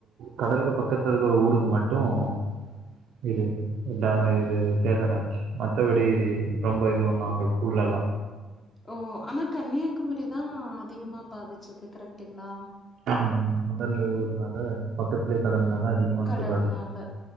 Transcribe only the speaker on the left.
ஓ ஆனா கன்னியாகுமரி தா அதிகமா பாதிச்சுது கரெக்ட்டுங்ளா
கடல்னால